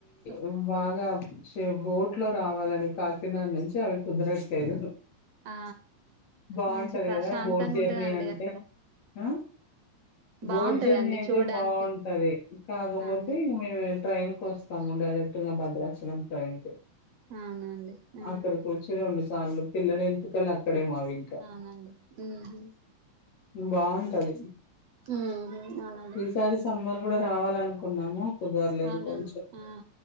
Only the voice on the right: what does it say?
సో
ఆ
మంచి ప్రశాంతంగా
ఉంటదండి
అక్కడ
బాగుంటదండి
చూడడానికి
అవును
అవునండి ఆ
అవునండి ఉహు
ఉహు అవునండి
అవునండి
ఆ